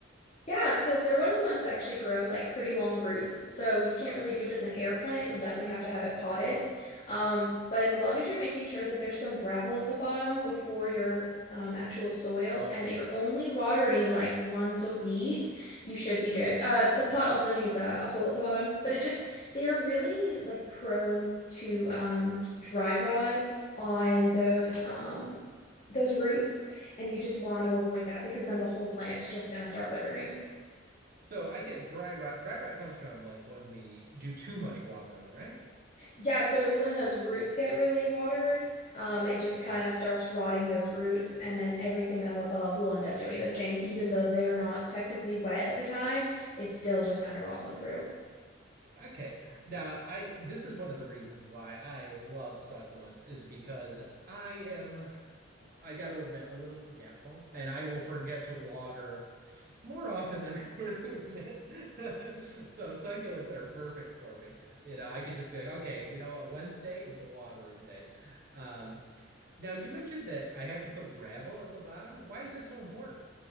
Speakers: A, on the left (about 35°); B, on the right (about 50°).
A: Yeah, so they're one of the ones that actually grow like pretty long roots. So you can't really do it as an air plant. You'll definitely have to have it potted. Um, but as long as you're making sure that there's some gravel at the bottom before your um, actual soil and that you're only watering like once a week, you should be good. Uh, the pot also needs a, a hole at the bottom, but it just, they're really like prone to um, dry rot on those, um, those roots. And you just want to avoid that because then the whole plant's just going to start withering.
B: So I get dry rot. Dry rot comes from like when we do too much watering, right?
A: Yeah, so it's when those roots get really watered, um, it just kind
B: Hmm.
A: of starts rotting those roots, and then everything up above will end up doing the same, even though they're not technically wet at the time, it still just kind of rots them through.
B: Okay. Now, I this is one of the reasons why I love succulents is because I am I got to admit, a little forgetful, and I will forget to water more often than <laughs> I care to admit. <laughs> So succulents are perfect for me. You know, I could just be like, okay, you know what? Wednesday is the watering day. Um, now you mentioned that I have to put gravel at the bottom. Why is that so important?